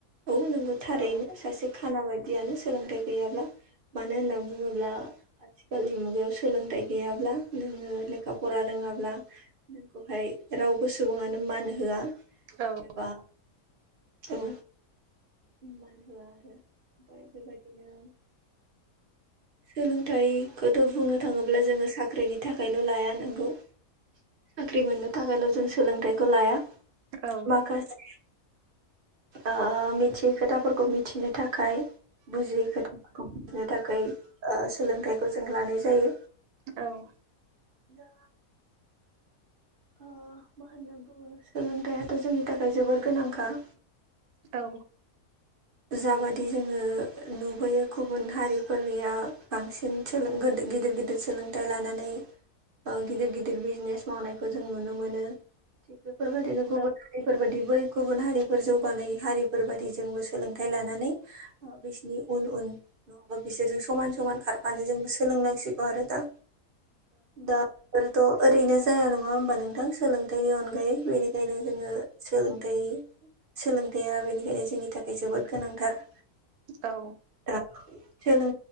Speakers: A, on the right; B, on the right.
A: औ नोंगौ थारैनो सासे खाना बायदियानो सोलोंथाइ गैयाब्ला मानो होनना बुङोब्ला आथिखालनि मुगायाव सोलोंथाइ गैयाब्ला नोङो लेखा फरा रोङाब्ला नोंखौहाय रावबो सुबुङानो मान होआ
B: औ
A: एबा औ मान होआ आरो ओमफ्राय बेबायदिनो सोलोंथाइखौथ' बुंनो थाङोब्ला जोंङो साख्रिनि थाखायल' लाया नंगौ साख्रि मोननो थाखायल' जों सोलोंथाइखौ लाया
B: औ
A: माखासे आ मिथियै खोथाफोरखौ मिथिनो थाखाय बुजियै खोथाफोरखौ बुजिनो थाखाय आ सोलोंथाइखौ जों लानाय जायो।
B: औ
A: दा आ मा होनना बुङो सोलोंथाइयाथ' जोंनि थाखाय जोबोर गोनांखा
B: औ
A: जाबादि जोंङो नुबोयो गुबुन हारि फोरनिया बांसिन सोलों गिदिर गिदिर सोलोंथाइ लानानै गिदिर गिदिर बिजनेस मावनायखौ जों नुनो मोनो। थिग बेफोरबायदिनो गुबुन हारिफोर बादि बै गुबुन हारिफोर जौगानाय हारिफोर बायदि जोंबो सोलोंथाइ लानानै बिसिनि उन उन नङाबा बिसोरजों समान समान खारफानो जोंबो सोलोंनांसिगौ आरो दा दा फोरथ' ओरैनो जाया नङा होमबा नोंथां सोलोंथाइनि अनगायै बेनिखायनो जोङो सोलोंथाय सोलोंथायाइया बेनिखायनो जोंनि थाखाय जोबोद गोनांथार।
B: औ
A: दा सोलों